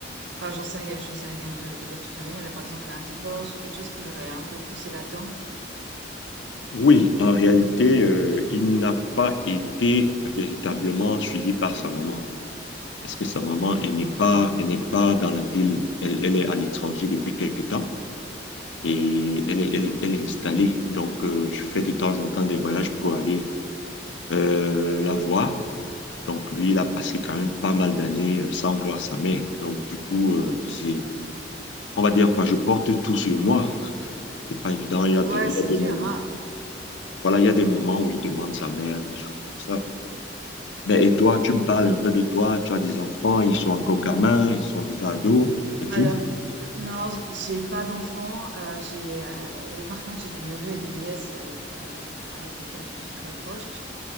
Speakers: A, on the right; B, on the left.
A: Enfin, j'en sais rien, je sais rien de, de votre vie familiale, mais par exemple un divorce ou quelque chose qui l'aurait un peu poussé là-dedans.
B: Oui, en réalité, euh, il n'a pas été véritablement suivi par sa maman, parce que sa maman, elle n'est pas, elle n'est pas dans la ville, elle, elle est à l'étranger depuis quelque temps. et elle est, elle est,
A: Ah.
B: elle est installée. Donc, euh, je fais de temps en temps des voyages pour aller euh, la voir. Donc, lui, il a passé quand même pas mal d'années euh, sans voir sa mère. Donc, du coup, euh, c'est, on va dire quoi, je porte tout sur moi. C'est pas évident. Il y a des,
A: Ouais,
B: il
A: c'est
B: y a des
A: dur,
B: moments,
A: hein.
B: voilà, il y a des moments où il demande sa mère, des choses comme ça. Ben, et toi, tu me parles un peu de toi. Tu as des enfants, ils sont encore gamins, ils sont déjà ados, adultes.
A: Alors, euh, non, j- j'ai pas d'enfants. euh, j'ai, euh, par contre, j'ai des neveux et des nièces euh, pour le, avec lesquels je suis très proche.